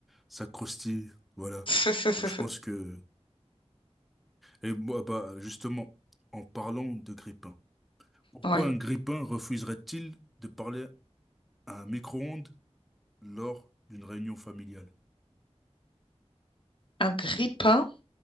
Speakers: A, in the centre; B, on the left.
A: ça croustille, voilà.
B: <laughs>
A: Je pense que... Et moi, bah, justement, en parlant de grippin, pourquoi
B: Ouais.
A: un grippin refuserait-il de parler à un micro-ondes lors d'une réunion familiale?
B: Un grippin,